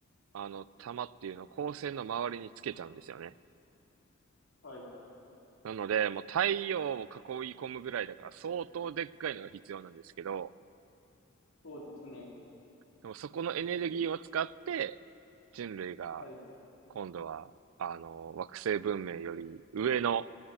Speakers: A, on the right; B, on the left.
A: あの、玉っていうのを光線の周りにつけちゃうんですよね。
B: はい。
A: なので、もう太陽を囲い込むぐらいだから相当でっかいのが必要なんですけど、
B: そうですね。
A: でもそこのエネルギーを使って、人類が
B: はい。
A: 今度は、あの、惑星文明より上の、